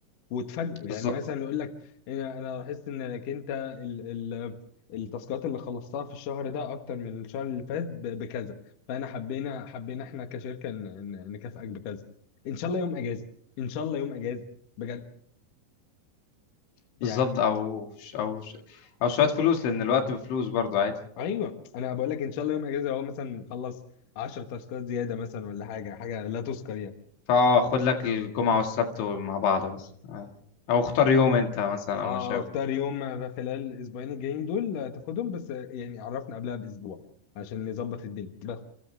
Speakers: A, on the left; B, on the left.
A: وتفاجئوا
B: بالظبط
A: يعني مثلا يقول لك انا انا لاحظت انك انت ال ال التاسكات اللي خلصتها في الشهر ده اكتر من الشهر اللي فات ب- بكذا فانا حبينا حبينا احنا كشركه ن- ن- نكافئك بكذا ان شاء الله يوم اجازه ان شاء الله يوم اجازه بجد
B: بالظبط
A: يعني
B: او ش- او ش- او شويه فلوس لان الوقت بفلوس برضه عادي
A: ايوه انا بقول لك ان شاء الله يوم اجازه هو مثلا خلص 10 تاسكات زياده مثلا ولا حاجه حاجه لا تذكر يعني
B: فاه خد لك الجمعه والسبت مع بعض بس آه. او اختار يوم انت مثلا
A: اه
B: او ما شابه
A: اختار يوم خلال الاسبوعين الجايين دول تاخدهم بس يعني عرفنا قبلها باسبوع عشان نظبط الدنيا بس